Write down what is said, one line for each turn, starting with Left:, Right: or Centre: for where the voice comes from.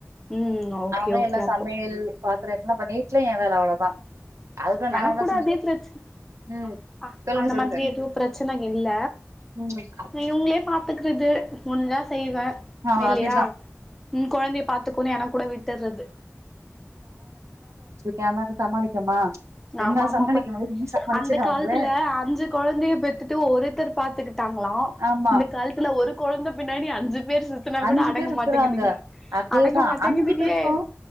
Centre: ம் ஓகே
Right: அவங்க
Centre: ஓகே
Right: எல்லா
Centre: அப்போ
Right: சமையல் பாத் அப்றோ என்னப்பா வீட்லயு ஏன் வேலை அவ்ளோதா அதுக்குள்ள நானதா
Centre: எனக்கு கூட
Right: செஞ்சு
Centre: அதே பிரச்சன
Right: ம்
Centre: ஆ ஆ
Right: சொல்லுங்க
Centre: அந்த
Right: சொல்லுங்க
Centre: மாதிரி எதுவு பிரச்சனை இல்ல
Right: ம்
Centre: இவங்களே பாத்துக்கிறது முடிஞ்சா செய்வே
Right: ஆ
Centre: இல்லையா
Right: அதேதா
Centre: ம் கொழந்தைய பாத்துக்கோன்னு எனக்கு கூட விட் தறது
Right: கேமக்கு சமாளிக்கமா என்னால
Centre: ஆமா ஆமாப்ப
Right: சமாளிக்க முடியாது நீ சமாளிச்சிரு
Centre: அந்த
Right: அவங்கள
Centre: காலத்துல அஞ்சு குழந்தைய பெத்துட்டு ஒருத்தர் பார்த்துக்கிட்டாங்களாம்
Right: ஆமா
Centre: இந்த காலத்துல ஒரு குழந்த பின்னாடி அஞ்சு பேர் சுத்துனா
Right: அஞ்சு
Centre: கூட அடங்க
Right: பேர் சுத்துறாங்க
Centre: மாட்டேங்குதுங்க
Right: அதேதான்
Centre: அடங்க மாட்டேங்குதுங்களே
Right: அஞ்சு பேருக்கும்